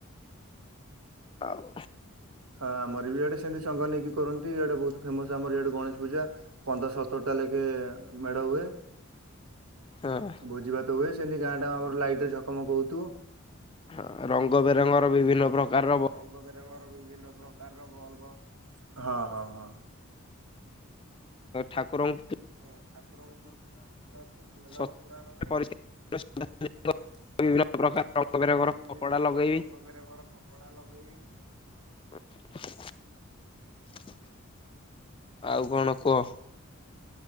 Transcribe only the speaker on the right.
ହଁ ଆମର ବି ଇଆଡେ ସେମିତି ଶଙ୍ଗ ନେଇକି କରନ୍ତି ଇଆଡେ ବହୁତ ଫେମସ ଆମର ଇଆଡେ ଗଣେଶ ପୂଜା। ପନ୍ଦର ସତର ଟା ଲେଖେ ମେଢ ହୁଏ।
ଭୋଜିଭାତ ହୁଏ ସେମିତି ଗାଁ ଟା ଆମର ଲାଇଟ ରେ ଝକମକ ହେଉଥିବ।
ରଙ୍ଗବେରଙ୍ଗ ର ବିଭିନ୍ନ ପ୍ରକାରର ବୋଲ୍ଭ ହଁ ହଁ ହଁ।
ଅଁ ଠାକୁରଙ୍କୁ ଯାପ ଜାଗା
ପୁରା ମାନେ
ପ ଏ ପରିସ୍ଥିତି
ପ୍ରେସ୍
ସୁଧାସୁଧିଙ୍କ
ବିଭିନ୍ନ
ପ୍ରକାର
ରଙ୍ଗ ବେରଙ୍ଗର କପଡା ଲଗେଇ